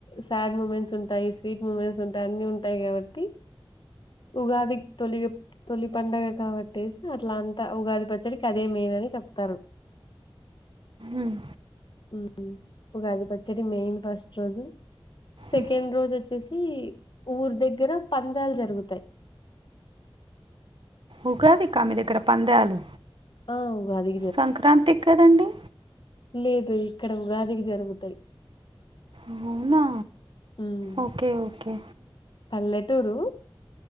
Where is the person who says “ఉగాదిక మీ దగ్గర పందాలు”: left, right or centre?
Right